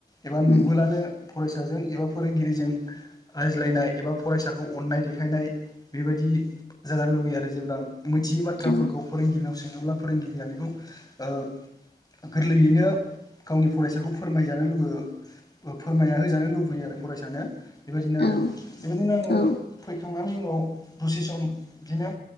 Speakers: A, on the left; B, on the left.
A: एबा।
B: उम
A: नुबोलानो फरायसाजों एबा फोरोंगिरिजों रायज्लायनाय एबा फरायसाखौ अननाय देखाय। देखायनाय बेबादि जानो लुबैयो आरो जेब्ला मोनथियै बाथ्राफोरखौ
B: औ
A: फोरोंगिरिनाव सोङोब्ला फोरों--। गिरिया बेखौ ओ। गोरलैयैनो गावनि फरायसाखौ फोरमायजानो लुुगो। फोरमायनानै होजानो लुबैयो आरो फरायसानो बेबायदिनो आरो
B: औ
A: बेबायदिनो आङो।
B: औ
A: फैखांनायनि उनाव दसे सम बिदिनो।